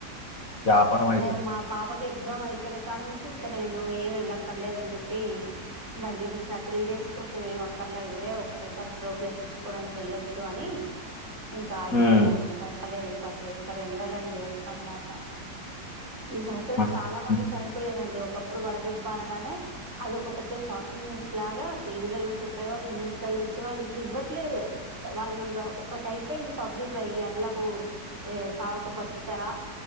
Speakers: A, on the left (about 50°); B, on the right (about 40°).
A: వ్యాపారం అయిపోయింది.
B: మేము మా పాపకి ఎగ్జామ్ అయిపోయిన కానుంచి ఇంక నేను ఏం ఎళ్ళక్కర్లేదని జెప్పి బంద్జేపిచ్చిన ఆ త్రీ డేస్ కోసం ఏం అక్కర్లేదులే ఒకటేసారి ప్రోగ్రెస్ తీసుకోవడానికి ఎళ్ళొచ్చు అని ఇంకా ఆగిపోయాము
A: హ్మ్.
B: పంపలేదు ఇంకా అసలు ఎక్కడ ఎండలండి అసల్ అమ అమ అమ ఈ సంవత్సరం
A: హ్మ్.
B: చాలా మంది చనిపోయారండి ఒకప్పుడు వడదెబ్బ అనగానే అదొ ఒక పెద్ద షాకింగ్ న్యూస్ లాగా టీవీలలో చెప్పేవాళ్ళు న్యూస్ లలో ఇచ్చేవాళ్ళు ఇప్పుడు ఇవ్వట్లేరు వాళ్ళు ఇగ ఒకటి అయిపోయింది పబ్లిక్ వెయ్యండ్లకు ఏ సావక బతుకుతరా